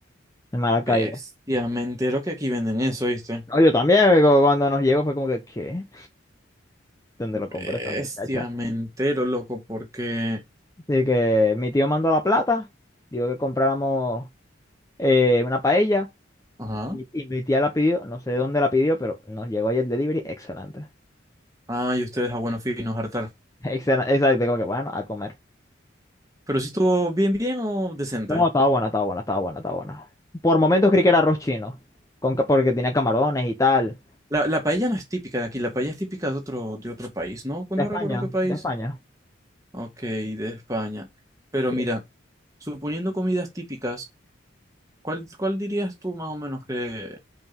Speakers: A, on the left; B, on the right.
A: en Maracaibo.
B: Bestia, me entero que aquí venden eso, ¿viste?
A: No, yo también, cu- cuando nos llegó fue como que, ¿qué? ¿Dónde
B: Bestia,
A: lo compró esta muchacha?
B: me entero, loco, porque
A: Así que mi tío mandó la plata, dijo que compráramos eh, una paella
B: Ajá.
A: y, y mi tía la pidió, no sé de dónde la pidió, pero nos llegó ahí el delivery, excelente.
B: Ah, y ustedes a buenos finos, hartar.
A: <laughs> Excel- Exacto, como que bueno, a comer.
B: Pero si estuvo bien, bien o decente.
A: No, estaba buena, estaba buena, estaba buena, estaba buena. Por momentos creí que era arroz chino, con, ca- porque tenía camarones y tal.
B: La, la paella no es típica de aquí, la paella es típica de otro, de otro país, ¿no? No
A: De España,
B: recuerdo qué país.
A: de España.
B: Ok, de España. Pero
A: Sí,
B: mira,
A: sí.
B: suponiendo comidas típicas, ¿cuál, cuál dirías tú más o menos que,